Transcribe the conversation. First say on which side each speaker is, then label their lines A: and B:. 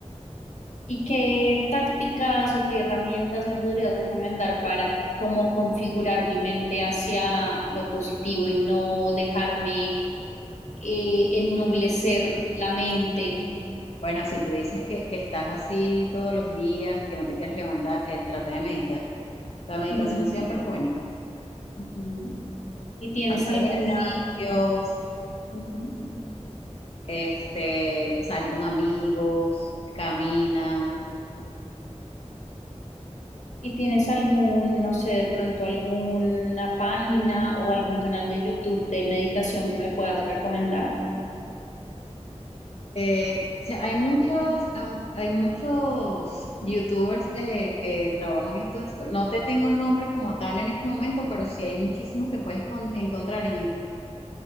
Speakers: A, on the left; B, on the left.
A: ¿Y qué tácticas o qué herramientas me podrías recomendar para cómo configurar mi mente hacia lo positivo y no dejarme eh, ennublecer la mente?
B: Bueno, si tú dices que, que estás así todos los días, que no te quieres levantar, eh, trata de meditar. La meditación
A: Ujú,
B: siempre es buena.
A: ujú. ¿Y tienes
B: Haz
A: alguna?
B: ejercicios
A: Ujú.
B: este, sal con amigos, camina.
A: ¿Y tienes algún, no sé, de pronto alguna página o algún canal de YouTube de meditación que me puedas recomendar?
B: Eh, o hay muchos, am- hay muchos youtubers eh, que trabajan esto. en su- no te tengo nombre como tal en este momento, pero sí hay muchísimos que puedes con- encontrar en YouTube,